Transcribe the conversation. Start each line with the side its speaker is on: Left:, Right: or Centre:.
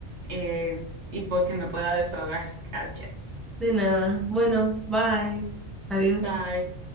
Right: eh, y porque me pueda desahogar. <laughs> Gracias.
Centre: De nada. Bueno, bye. Adiós.
Right: Bye.